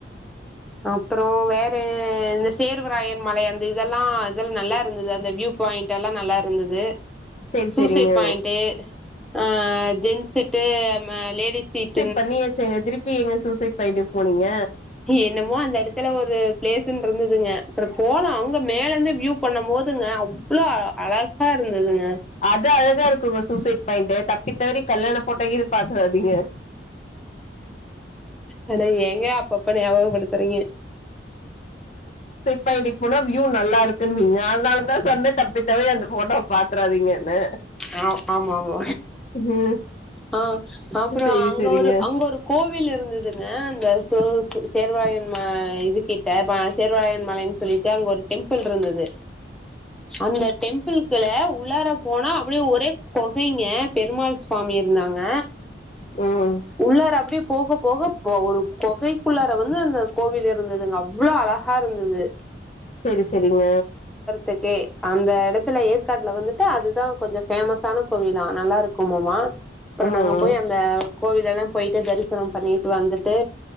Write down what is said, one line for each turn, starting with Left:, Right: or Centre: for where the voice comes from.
Centre: அப்றோ வேற இந்த சேர்வராயன் மலை அந்த இதெல்லா இதெ நல்லா இருந்தது அந்த வியூப் பாயிண்ட் எல்லா நல்லா இருந்தது
Left: சேரி
Centre: சூசைட்
Left: சேரிங்க
Centre: பாயிண்டு ஹா ஜென்ஸ் சீட்டு அ மா லேடிஸ் சீட்
Left: பண்ணியாச்சுங்க திருப்பி ஏங்க சூசைட் பாயிண்ட் போனீங்க
Centre: என்னமோ அந்த எடத்துல ஒரு பிளேஸ்சுன்னு இருந்ததுங்க அப்றம் போனோ அங்க மேல இருந்து வியூ பண்ணம் போதுங்க அவ்ளோ அழகா இருந்ததுங்க
Left: அது அழகா இருக்குங்க சூசைட் பாயிண்ட் தப்பி தவறி கல்யாண போட்டோ கீது பாத்துறாதீங்க
Centre: அட ஏங்க அப் பப்பா ஞாபகப்படுத்துறீங்க
Left: பாயிண்டுக்கு போனா வியூ நல்லா இருக்குனீங்க அதுனால தா சொன்ன தப்பி தவரி அந்த போட்டோவ பாத்துறாதீங்கன்னு
Centre: ஆ ஆமாமா
Left: ம்
Centre: ஆ அப்றோ
Left: சேரி
Centre: அங்க
Left: சேரிங்க
Centre: ஒரு அங்க ஒரு கோவில் இருந்ததுங்க அந்த சோ சேர்வாராயன் ம இது கிட்ட ம சேர்வாராயன் மலைன் சொல்லி அங்க ஒரு டெம்புள்ருந்துது அந்த டெம்பிள்கள்ள உள்ளார போனா அப்டியே ஒரே கொகைங்க பெருமாள் சாமி இருந்தாங்க
Left: ம்
Centre: உள்ளார அப்டியே போக போக ஒரு கொகை குள்ளார வந்து அந்த கோவில் இருந்ததுங்க அவ்ளோ அழ காருந்தது
Left: செரி செரிங்க
Centre: துக்கே அந்த எடத்துல ஏற்காடுல வந்துட்டு அதுதா கொஞ்ச பேமஸான கோவிலா நல்லா இருக்குமாமா அப்றோ
Left: ம்
Centre: நாங்க போய்
Left: ம்
Centre: அந்த கோவில் எல்லா போயிட்டு தரிசனம் பண்ணிட்டு வந்துட்டு